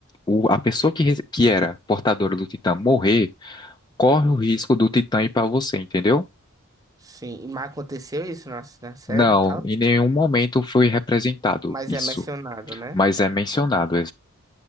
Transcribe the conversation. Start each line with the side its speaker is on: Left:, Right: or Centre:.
Left: o- a pessoa que, rece- que era portadora do Titã morrer, corre o risco do Titã ir para você, entendeu?
Right: Sim, e mas aconteceu isso na, na série
Left: Não,
Right: e tal,
Left: em nenhum momento foi representado
Right: mas
Left: isso,
Right: é mencionado, né?
Left: mas é mencionado,